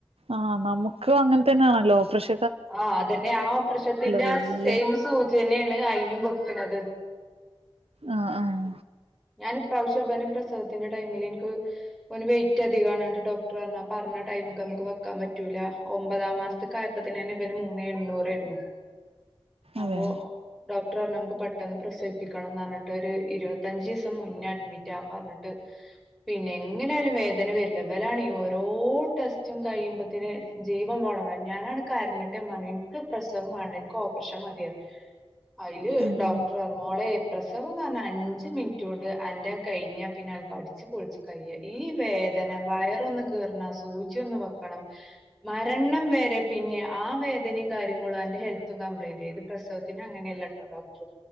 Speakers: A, on the right; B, in the centre.
A: ആഹ് നമുക്ക് അങ്ങൻത്തന്നേണല്ലോ ഓപ്രഷ
B: ആഹ് അതെന്നെ ആണ് ആ ഓപ്രഷത്തിന്റെ
A: വല്യ
B: ആഹ് സെയിം സൂചന്നേണ് ഐനും വെക്ക്ണത്
A: ആഹ് ആഹ്
B: ഞാന് ഇപ്രാവശ്യം ഇബന് പ്രസവത്തിന്റെ ടൈമില് ഇൻക്ക് ഓന് വെയ്റ്റ് അധികാണ് പറഞ്ഞിട്ട് ഡോക്ടറ് പർഞ്ഞു ആ പർഞ്ഞ ടൈമ്ക്ക് നമ്മക്ക് വെക്കാൻ പറ്റൂലാ ഒമ്പതാം മാസ്ത്ത്ക്കാ അപ്പത്തിനെന്നെ ഇവന് മൂന്നേ എണ്ണൂറേര്ന്നു അപ്പൊ
A: അതെ
B: ഡോക്ടറർഞ്ഞു നമുക്ക് പെട്ടെന്ന് പ്രസവിപ്പിക്കണന്നർഞ്ഞ്ട്ട് ഒരു ഇരുപത്തഞ്ചീസം മുന്നേ അഡ്മിറ്റാവാൻ പർഞ്ഞിട്ട് പിന്നെ എങ്ങനായാലും വേദന വെരില്ല ഇവലാണെ ഓരോ ടെസ്റ്റും കയുമ്പോത്തിന് ജീവൻ പോണതാ ഞാനാണ്ട് കര്ഞ്ഞ്ട്ട് ഞാ പർഞ്ഞു ഇൻക്ക് പ്രസവം വാണ്ട ഇൻക്ക് ഓപ്പറഷൻ മതി പർഞ്ഞ് അയില്
A: ഉം
B: ഡോക്ടർഞ്ഞു
A: ഉം
B: മോളെ പ്രസവന്നർഞ്ഞാ അഞ്ച് മിൻറ്റോണ്ട് അന്റെ കഴിഞ്ഞാ പിന്നെ അനക്ക് അടിച്ച് ച്ച് പൊൾച്ച് കയ്യാ ഈ വേദന വയറൊന്ന് കീറണ സൂചൊന്ന് വെക്കണം മരണം വെരേ പിന്നെ ആ വേദനിം കാര്യങ്ങളും അന്റെ ഹെൽത്തും കംപ്ലയിന്റ് ഇത് പ്രസവത്തിന് അങ്ങനല്ലട്ടോ ഡോക്ടറ്